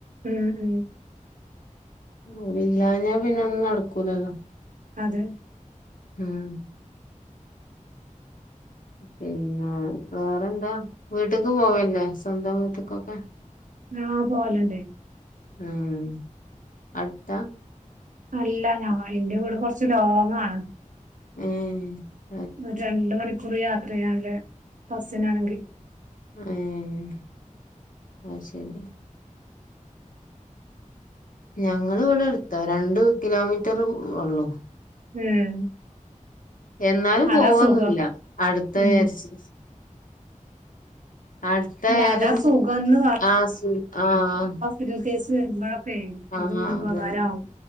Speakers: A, on the right; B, on the left.
A: ഉം ഉം
B: ഓലില്ലാഞ്ഞാ പിന്നെ ഒന്നും നടക്കൂലല്ലോ
A: അതെ
B: ഉം പിന്നെ വേറെന്താ വീട്ടക്ക് പോവെല്ലേ സ്വന്തം വീട്ടക്കൊക്കെ
A: ആഹ് പോവലണ്ട്
B: അഹ് അട്ത്താ
A: അല്ല ഞങ്ങ ഇന്റെ വീട് കൊർച്ച് ലോങ്ങാണ്
B: ഉം
A: ഒര് രണ്ട് മണിക്കൂറ് യാത്രയ്യാണ്ട് ബസിനാണെങ്കി
B: ഏഹ് അയ്ശെരി ഞങ്ങള് ഇവിടെ അടുത്ത രണ്ട് കിലോമീറ്റർ ഉള്ളൂ
A: ഉം.
B: എന്നാലും
A: അതാ
B: പോവന്നില്ല
A: സുഖം
B: അടുത്ത
A: ഉം
B: വിചാരിച്ച് അടുത്തായാലും
A: അല്ല അതാ സുഖംന്ന്
B: ആഹ് സു ആഹ്
A: ഒരു കേസ് വരുമ്പോഴൊക്കെ
B: ആഹ്
A: അത് ഒരു
B: അതന്നെ
A: ഉപകാരമാവും